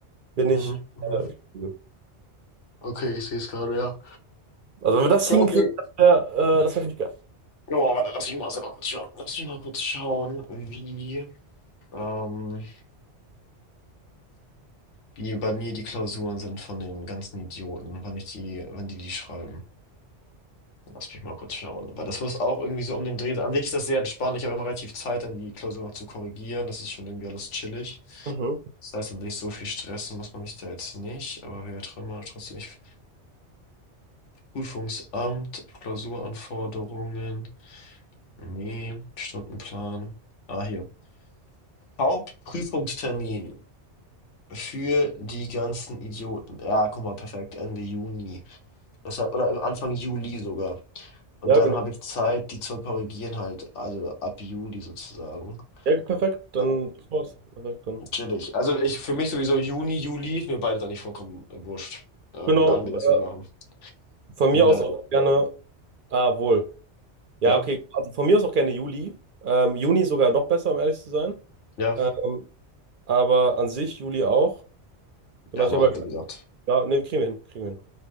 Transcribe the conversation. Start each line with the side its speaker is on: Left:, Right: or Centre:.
Right: bin
Left: Mhm,
Right: ich.
Left: mhm.
Right: Äh, flexibel.
Left: Okay, ich sehe es gerade, ja.
Right: also wenn wir das
Left: Ja,
Right: hinkriegen,
Left: Okay.
Right: das wäre äh, das wär natürlich geil.
Left: Oh, warte, lass mich mal selber kurz schauen. Lass mich mal kurz schauen, wie, ähm, wie bei mir die Klausuren sind von den ganzen Idioten, wann ich die, wann die die schreiben. Lass mich mal kurz schauen. Weil das muss auch irgendwie so um den Dreh sein. An sich ist das sehr entspannt. Ich habe immer relativ Zeit, dann die Klausur noch zu korrigieren. Das ist schon irgendwie alles chillig.
Right: Mhm.
Left: Das heißt, an sich so viel stressen muss man sich da jetzt nicht. Aber wir drin mal trotzdem nicht. Prüfungsamt, Klausuranforderungen. Nee, Stundenplan. Ah, hier. Hauptprüfungstermin für die ganzen Idioten. Ja, guck mal, perfekt. Ende Juni. Das hat, oder Anfang Juli sogar. Und
Right: Ja,
Left: dann
Right: genau.
Left: habe ich Zeit, die zu korrigieren halt, also ab Juli sozusagen.
Right: Ja, perfekt. Dann
Left: Äh,
Right: perfekt dann.
Left: Chillig. Also ich für mich sowieso Juni, Juli ist mir beides eigentlich vollkommen wurscht, ähm,
Right: Genau.
Left: wann wir das
Right: Äh,
Left: hier machen.
Right: von mir
Left: Bin
Right: aus
Left: da,
Right: auch gerne. Ah, wohl. Ja,
Left: ja,
Right: okay. Also von mir aus auch gerne Juli. Ähm, Juni sogar noch besser, um ehrlich zu sein.
Left: ja,
Right: Ähm, aber an sich Juli auch. Genau,
Left: ja, aber
Right: ich habe
Left: auch
Right: halt.
Left: wie gesagt.
Right: Ja, nee, kriegen wir hin. Kriegen wir hin.